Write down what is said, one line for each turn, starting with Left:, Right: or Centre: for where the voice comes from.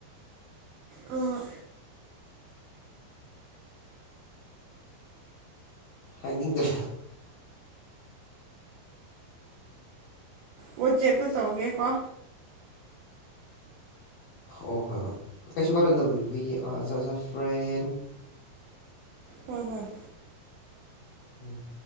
Right: ꯑ
Left: ꯍꯥꯏꯅꯤꯡꯗ꯭ꯔꯦ
Right: ꯑꯣ ꯆꯦꯠꯇ ꯇꯧꯒꯦ ꯀꯣ
Left: ꯑꯣ ꯍꯣꯏ ꯍꯣꯏ ꯀꯩꯁꯨ ꯀꯥꯟꯗꯗꯅꯕ we are just a friend <inaudible>
Right: ꯍ ꯍꯝ
Left: ꯎꯝ